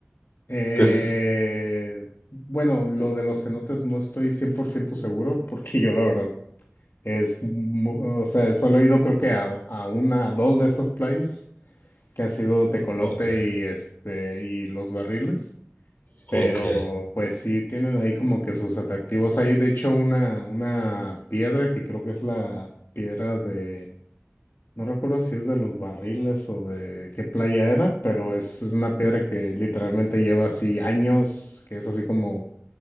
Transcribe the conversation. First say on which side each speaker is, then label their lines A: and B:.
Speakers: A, on the left (about 60°); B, on the left (about 40°).
A: Eh,
B: Que es...
A: bueno, lo de los cenotes no estoy 100% seguro, <laughs> porque yo la verdad es. mu- O sea, solo he ido creo que a, a una, a dos de estas playas, que han sido tecolote
B: Ok.
A: y este, y los barriles.
B: Ok,
A: pero pues sí tienen ahí como que sus atractivos. Hay de hecho una, una piedra que creo que es la piedra de, no recuerdo si es de los barriles o de qué playa era, pero es una piedra que literalmente lleva así años, que es así como,